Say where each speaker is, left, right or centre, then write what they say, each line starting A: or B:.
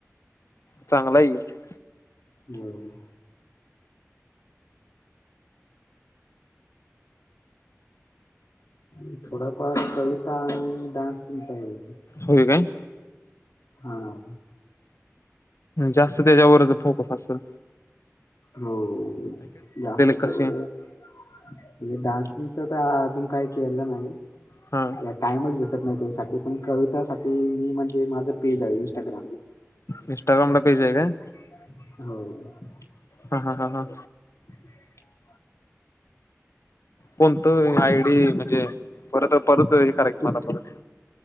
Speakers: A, on the left; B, on the left.
A: चांगलाय <unintelligible>
B: हम. म थोडाफार कविता आणि डान्स तुमचा आहे.
A: होय काय?
B: हां.
A: जास्त त्याच्यावरच फोकस असल?
B: हो. जास्त
A: कसे
B: तर- म्हणजे डान्सिंगच तर अजून काही केलं नाही.
A: हा.
B: टाइमच भेटत नाही त्यासाठी. पण कवितासाठी मी म्हणजे माझं पेज आहे इंस्टाग्रामला. हो.
A: इंस्टाग्रामला पेज आहे काय हां. हां. हां. हां.
B: <inaudible>
A: कोणत आय डी म्हणजे परत परत हे करा की
B: तु
A: मला परत.